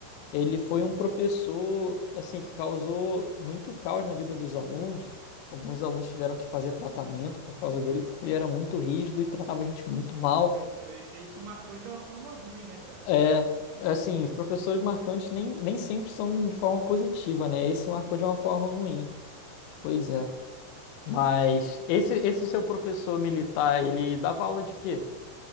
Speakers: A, on the left; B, on the right.
A: Ele
B: Sim.
A: foi um professor, assim, que causou muito caos na vida dos alunos. Alguns alunos tiveram que fazer tratamento por causa dele, porque ele era muito rígido e tratava a gente muito mal.
B: Ah, Então, isso aí te marcou de uma forma ruim, né, cara?
A: É, assim, os professores marcantes nem, nem sempre são de forma positiva, né? Esse marcou de uma forma ruim. Pois é. Mas
B: Sim, sim.
A: esse, esse seu professor militar, ele dava aula de quê?